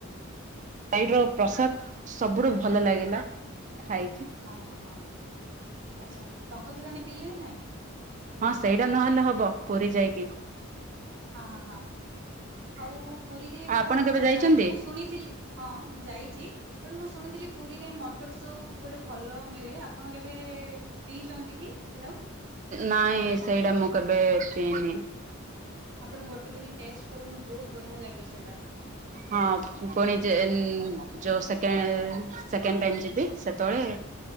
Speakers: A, on the right; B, on the right.
A: <unintelligible> ର ପ୍ରସାଦ ସବୁଠୁ ଭଲ ଲାଗିଲା ଖାଇକି।
B: ହଁ ହଁ ହଁ। ଆଚ୍ଛା, ଟଙ୍କ ତୋରାଣି ପିଇଲେ ନା ନାଇଁ?
A: ହଁ ସେଇଟା ନହେଲେ ହବ ପୁରୀ ଯାଇକି।
B: ହଁ ହଁ ହଁ। ଆଉ ପୁରୀରେ ମୁଁ
A: ଆପଣ କେବେ ଯାଇଛନ୍ତି?
B: ଯା ମୁଁ ଶୁଣିଥିଲି ହଁ ମୁଁ ଯାଇଚି। ବଟ୍ ମୁଁ ଶୁଣିଥିଲି ପୁରୀରେ ମଟର ସୁପ୍ ଗୋଟେ ଭଲ ମିଳେ ଆପଣ କେବେ ପିଇଛନ୍ତି କି? ସେଇଟାକୁ?
A: ନାଇଁ ସେଇଡ଼ା ମୁଁ କେବେ ପିଇନି।
B: ଆପଣ ଗୋଟେ ଦିନ ଟେଷ୍ଟ କରନ୍ତୁ ବହୁତ୍ ବଢିଆ ଲାଗେ ସେଇଟା।
A: ହଁ ପୁଣି ଯେନ୍ ଯୋଉ ସେକେ ସେକେଣ୍ଡ ଟାଇମ୍ ଯିବି ସେତେବେଳେ